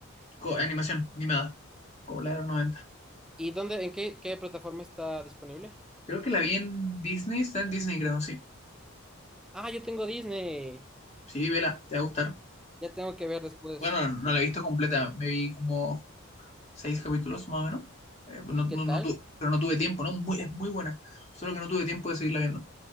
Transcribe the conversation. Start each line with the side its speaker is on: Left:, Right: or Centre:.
Left: co- animación animada, como la de los 90.
Centre: ¿Y dónde, en qué, qué plataforma está disponible?
Left: Creo que la vi en Disney, está en Disney, creo, sí.
Centre: Ah, yo tengo Disney.
Left: Sí, vela, te va a gustar.
Centre: Ya tengo que ver después.
Left: Bueno, no la he visto completa, me vi como seis capítulos más o menos. Eh, pues
Centre: ¿Y
Left: no, no,
Centre: qué tal?
Left: no tu- pero no tuve tiempo, ¿no? Muy, es muy buena, solo que no tuve tiempo de seguirla viendo.